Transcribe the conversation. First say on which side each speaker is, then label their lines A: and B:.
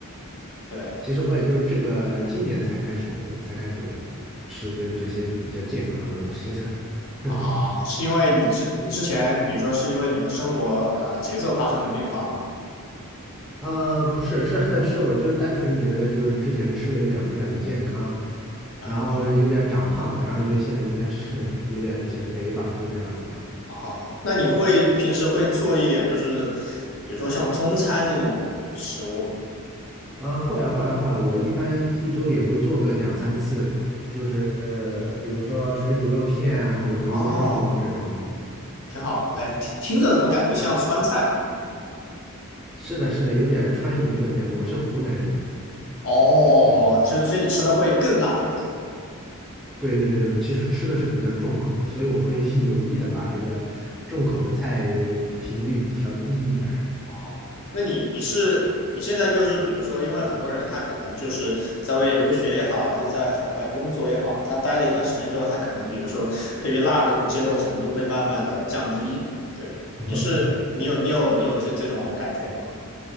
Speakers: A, on the left (about 60°); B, in the centre.
A: 对
B: 其实我也就是这个今年才开始才开始吃这这些比较健康的东西的。<laughs>
A: 啊，是因为你之你之前，比如说是因为你的生活啊节奏发生了变化吗？
B: 呃，不是，是 <laughs> 是，我就单纯觉得就是之前吃的有点不是很健康，
A: 后。
B: 然后有点长胖了，然后就现在就开始 <laughs> 有点减肥吧，就这样子吧。
A: 好，那你会平时会做一点，就是比如说像中餐这种食物吗？
B: 啊，会啊会啊会啊，我一般一周也会做个两三次，就是呃，比如说水煮肉片啊，或者回锅肉啊这种。
A: 哦，挺好。
B: 对，
A: 哎，听听着怎么感觉像川菜？
B: 是的，是的，有点川渝那边的。我是湖南人，
A: 哦，就是所以你吃的会更辣一点。
B: 对对对，其实吃的是比较重口的，所以我会 <laughs> 有意的把这个重口的菜的频率调低一点儿。
A: 哦，那你你是你现在就是比如说，因为很多人他可能就是在外面留学也好，还是在海外工作也好，他待了一段时间之后，他可能比如说对于辣的这种接受程度会慢慢的降低。对，
B: <laughs>
A: 你是你有你有你有这这种感觉吗？